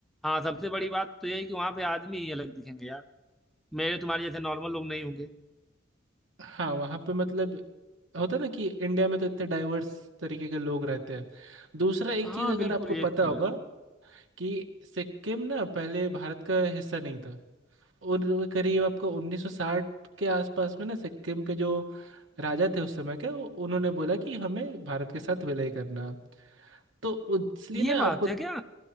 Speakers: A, in the centre; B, on the right (about 80°).
A: हाँ सबसे बड़ी बात तो यही कि वहाँ पे आदमी ही अलग दिखेंगे यार मेरे तुम्हारे जैसे नॉर्मल लोग नहीं होंगे
B: हाँ वहाँ पे मतलब होता है ना कि इंडिया में तो इतने डाइवर्स तरीके के लोग रहते हैं दूसरा एक
A: हाँ
B: चीज़ अगर
A: बिल्कुल
B: आपको
A: ये
B: पता
A: तो
B: होगा
A: है
B: कि सिक्किम ना पहले भारत का हिस्सा नहीं था और वो करीब आपको 1960 के आसपास में ना सिक्किम के जो राजा थे उस समय के उ- उन्होंने बोला कि हमें भारत के साथ विलय करना तो उ- इसलिए
A: ये
B: ना
A: बात
B: आपको
A: है क्या